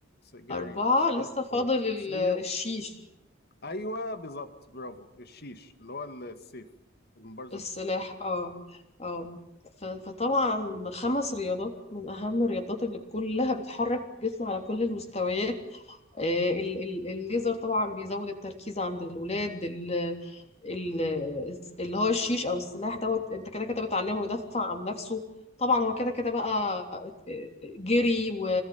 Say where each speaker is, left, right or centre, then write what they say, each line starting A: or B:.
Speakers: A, on the left; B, on the left.
A: جري
B: اربعة
A: وسباحة
B: لسه فاضل
A: وفروسية
B: ال- الشيش
A: أيوه بالظبط برافو الشيش اللي هو السيف المبارزة
B: السلاح
A: بالسيف
B: اه اه ف- فطبعا خمس رياضات من أهم الرياضات اللي كلها بتحرك الجسم على كل المستويات آه، ال- ال- الليزر طبعا بيزود التركيز عند الولاد ال- ال- اللي هو الشيش او السلاح دوت انت كده كده بتعلمه يدافع عن نفسه طبعا هو كده كده بقى جري و-